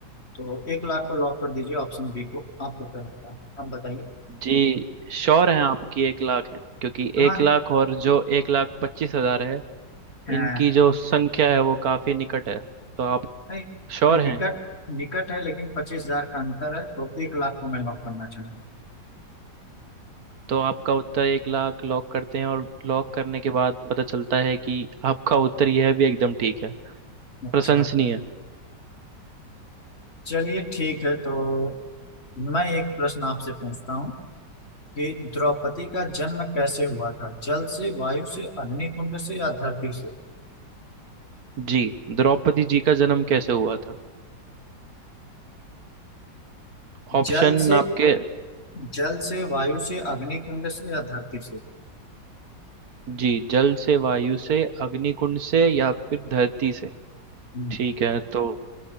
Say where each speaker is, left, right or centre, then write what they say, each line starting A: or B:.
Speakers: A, on the left (about 35°); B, on the right (about 55°).
A: तो एक लाख को लॉक कर दीजिए ऑप्शन बी को आपको क्या लगता है आप बताइए
B: जी श्योर है आपकी एक लाख है क्योंकि
A: हाँ
B: एक लाख और जो एक लाख पच्चीस हजार है
A: है
B: इनकी जो संख्या है वो काफी निकट है तो आप
A: नहीं
B: श्योर
A: निकट
B: हैं
A: निकट है लेकिन पच्चीस हजार का अंतर है तो एक लाख को मैं लॉक करना चाहूंगा
B: तो आपका उत्तर एक लाख लॉक करते हैं और लॉक करने के बाद पता चलता है कि आपका उत्तर यह भी एकदम ठीक है
A: अच्छा
B: प्रशंसनीय
A: चलिए ठीक है तो मैं एक प्रश्न आपसे पूछता हूँ कि द्रौपदी का जन्म कैसे हुआ था जल से वायु से अग्निकुंड से या धरती से
B: जी द्रौपदी जी का जन्म कैसे हुआ था ऑप्शन
A: जल से
B: आपके
A: जल से वायु से अग्निकुंड से या धरती से
B: जी जल से वायु से अग्निकुंड से या फिर धरती से
A: हम्म,
B: ठीक है तो